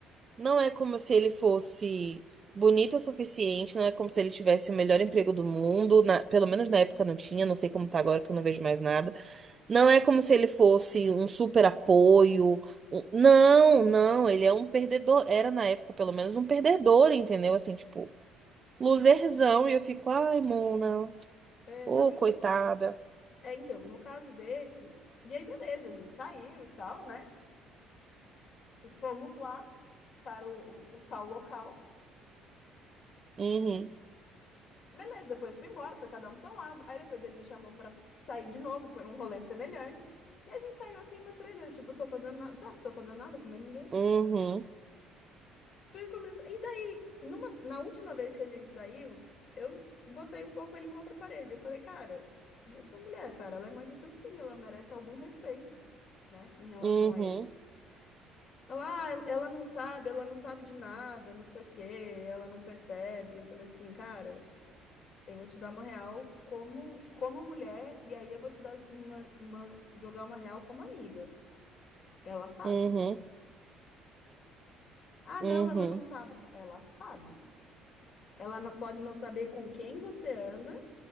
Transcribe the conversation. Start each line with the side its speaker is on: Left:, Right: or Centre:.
Right: Não é como se ele fosse bonito o suficiente, não é como se ele tivesse o melhor emprego do mundo, na- pelo menos na época não tinha, não sei como tá agora que eu não vejo mais nada. Não é como se ele fosse um super apoio. um- Não, não, ele é um perdedor, era na época pelo menos um perdedor, entendeu? Assim, tipo, loserzão, e eu fico, ai, Mona,
Left: É,
Right: ô,
Left: não, então.
Right: coitada.
Left: É, então, no caso desse. E aí, beleza, a gente saiu e tal, né? Fomos lá para o, o o tal local.
Right: Uhum,
Left: Beleza, depois fui embora, foi cada um pro seu lado. Aí depois ele me chamou pra sair de novo, foi um rolê semelhante. E a gente saiu assim umas três vezes, tipo, eu tô fazendo nada, sabe? Tô fazendo nada, comendo ninguém.
Right: uhum,
Left: Fui comendo- E daí, numa, na última vez que a gente saiu, eu botei um pouco ele contra a parede. Eu falei, cara, e a sua mulher, cara? Ela é mãe do teu filho, ela merece algum respeito, né? Em relação
Right: uhum,
Left: a isso. Ela, "Ah, ela não sabe, ela não sabe de nada, não sei o quê, ela não percebe. Eu falei assim, cara. Eu vou te dar uma real como, como mulher, e aí eu vou te dar uma, uma- jogar uma real como amiga. Ela sabe.
Right: uhum,
Left: Ah,
Right: uhum.
Left: não, ela não sabe. Eu falo, Ela sabe. Ela não- pode não saber com quem você anda,